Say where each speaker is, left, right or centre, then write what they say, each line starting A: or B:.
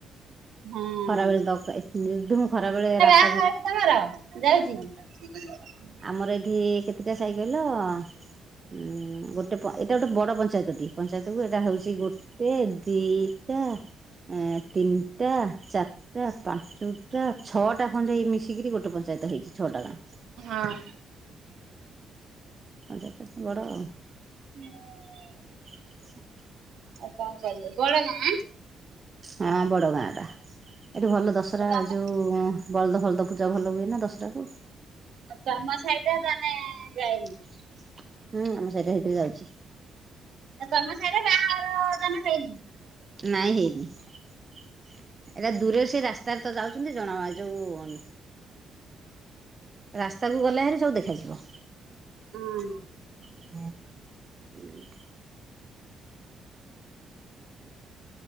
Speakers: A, on the right; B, on the right.
A: ହଁ
B: ଖରା ବେଳେ ଦ ଏ ନିର୍ଦ୍ଧୁମ ଖରା ବେଳେ ରାସ୍ତା
A: <unintelligible>
B: ଆମର ଏଠି କେତେଟା ସାହି କହିଲ ଉ ଗୋଟେ ପ ଏଇଟା ଗୋଟେ ବଡ଼ ପଞ୍ଚାୟତ ଟିଏ। ପଞ୍ଚାୟତକୁ ଏଇଟା ହଉଛି ଗୋଟେ ଦିଟା ଏ ତିନି ଆଟା ଚାରିଟା ପାଞ୍ଚୁଟା ଛଅ ଟା ଖଣ୍ଡେ ଇ ମିଶିକିରି ଗୋଟେ ପଞ୍ଚାୟତ ହେଇଛି ଛଅ ଟା ଗାଁ।
A: ହଁ।
B: ପଞ୍ଚାୟତ ଟା ଟିକେ ବଡ଼ ଆଉ।
A: <inaudible>
B: <inaudible>
A: ଆଉ କଣ କହିଲେ ବଡ ଗାଁ ଆଁ।
B: ହଁ ବଡ ଗାଁ ଏଟା ଏଠି ଭଲ ଦଶରା
A: ତମ
B: ଯୋଉ ବଳଦ ଫଳଦ ପୂଜା ଭଲ ହୁଏ ନା ଦଶରାକୁୁ।
A: ଆଉ ତମ ସଇଟା ତାନେ ଯାଏନି।
B: <inaudible> ହୁଁ ଆମ ସାଇଟା ସେଇତିରେ ଯାଉଛି।
A: ଏ ତମ ସାଇରେ ବାହାଘର ତାନେ ହେଇନେଇ।
B: ନାଇଁ ହେଇନି। ଏଇଟା ଦୂରରେ ସେଇ ରାସ୍ତାରେ ତ ଯାଉଛନ୍ତି ଜଣା ଅ ଯୋଉ ରାସ୍ତା କୁ ଗଲେ ଭହାରି ସବୁ ଦେଖାଯିବ।
A: ହୁଁ।
B: <inaudible>